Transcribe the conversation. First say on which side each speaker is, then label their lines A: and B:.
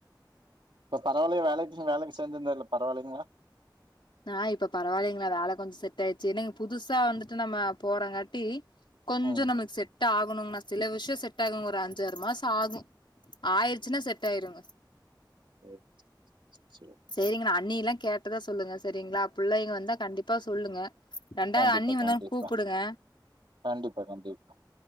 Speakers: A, on the right (about 85°); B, on the left (about 85°).
A: இப்போ பரவால்லையா வேலைக்கு வேலைக்கு சேந்து இருந்தாருல பரவால்லைங்களா
B: ஆ இப்ப பரவால்லலைங்களா வேல கொஞ்சோ செட் ஆயிருச்சு இன்னைக்கி புதுசா வந்துட்டு நம்ம போறங்காட்டி கொஞ்சோ
A: ம்
B: நம்மளுக்கு செட் செட் ஆகணுங்கனா சில விஷ்யோ செட் ஆகுங்க ஒரு அஞ்சாறு மாசோ ஆகு ஆயிருச்சுனா செட் ஆயிருங்க
A: சேர் சேர்
B: சேரிங்கனா அண்ணி எல்லா கேட்டதா சொல்லுங்க சேரிங்களா புள்ளைங்க வந்தா கண்டிப்பா சொல்லுங்க ரெண்டாவது
A: கண்டிப்பா
B: அண்ணி வந்தோன்ன
A: கண்டிப்பா
B: கூப்பிடுங்க
A: கண்டிப்பா கண்டிப்பா